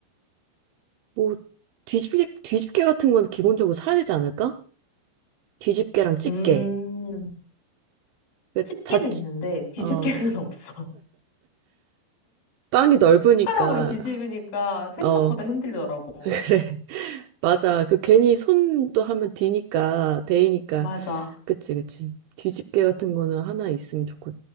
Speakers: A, on the right; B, on the left.
A: 뭐, 뒤집개, 뒤집개 같은 건 기본적으로 사야 되지 않을까? 뒤집개랑 집게
B: 음,
A: 그자
B: 집게는 있는데 뒤집개는
A: 어,
B: <laughs> 없어.
A: 빵이 넓으니까,
B: 숟가락으로 뒤집으니까 생각보다
A: 어,
B: 힘들더라고.
A: <laughs> 그래. 맞아. 그 괜히 손도 하면 디니까, 데이니까.
B: 맞아.
A: 그치, 그치. 뒤집개 같은 거는 하나 있으면 좋고,